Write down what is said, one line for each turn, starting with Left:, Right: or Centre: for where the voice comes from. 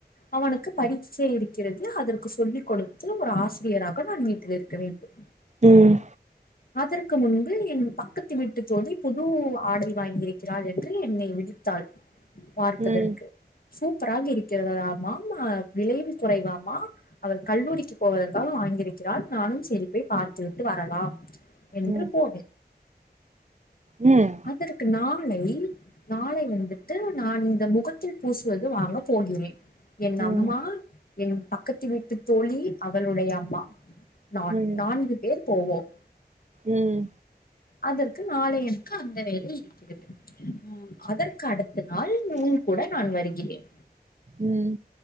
Left: அவனுக்கு பரீச்சை இருக் க்கிறது அதற்கு சொல்லிக்கொடுத்து ஒரு ஆசிரியராக க்கு நான் வீட்டில் இருக்க வேண்டும்
Right: ம்,
Left: அதற்கு முன்பு என் பக்கத்து வீட்டு தோழி புது ஆடை வாங்கியிருக்கிறாள் என்று என்னை விளித்தாள் பார்ப்பதற்கு
Right: ம்,
Left: சூப்பராக இருக்கிறதாமாம் விலையும் குறைவாமா அவள் கல்லூரிக்கு போவதற்காக வாங்கியிருக்கிறாள் நானும் சேரி போய் பார்த்து விட்டு வரலாம் என்று
Right: ம்,
Left: போடு
Right: ம்,
Left: அதற்கு நான் ளை நாளை வந்துட்டு நான் இந்த முகத்தில் பூசுவது வாங்கப் போகிறேன் என்
Right: ம்,
Left: அம்மா என் பக்கத்து வீட்டு தோழி அவளுடைய அம்மா நான்
Right: ம், ம்,
Left: நான்கு பேர் போவோம்
Right: ம்
Left: அதற்கு நாளை என்க்கு அந்த வேலை இருக்கிறது ம் அதற்கு அடுத்த நாள் நூன்கூட நான் வருகிறேன்
Right: ம்.